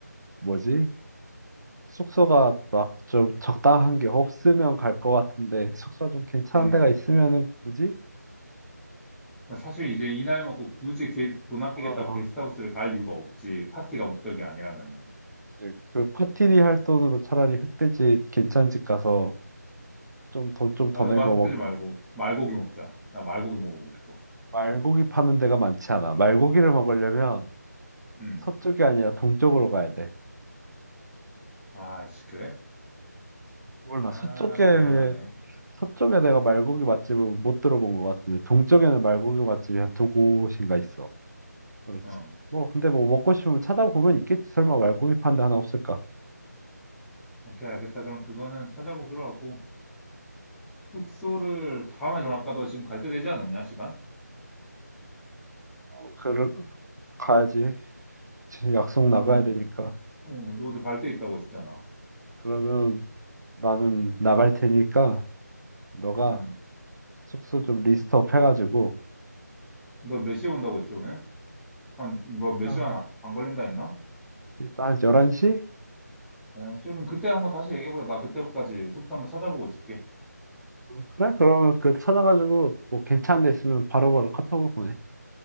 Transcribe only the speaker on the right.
뭐지? 숙소가 막 좀 적당한 게 없으면 갈 것 같은데 숙소 가좀 괜찮은
데가 있으면은 굳이
어
이제 그 파티리 할 돈으로 차라리 흑돼지 괜찮은 집 가서 좀 돈 좀 더
내고
뭐
말고기 파는 데가 많지 않아. 말고기를 먹으려면
서쪽이 아니라 동쪽으로 가야 돼.
몰라.
서쪽에
서쪽에 내가 말고기 맛집은 못 들어본 것 같은데 동쪽에는 말고기 맛집이 한 두 곳인가 있어. 그래서
뭐 근데 뭐 먹고 싶으면 찾아보면 있겠지. 설마 말고기 파는 데 하나 없을까?
어, 그를 가야지. 지금 약속
나가야 되니까.
그러면 나는 나갈 테니까 너가
숙소 좀 리스트업 해가지고
아,
일단 11시?
그래? 그러면 그 찾아가지고 뭐 괜찮은 데 있으면 바로바로 카톡으로 보내.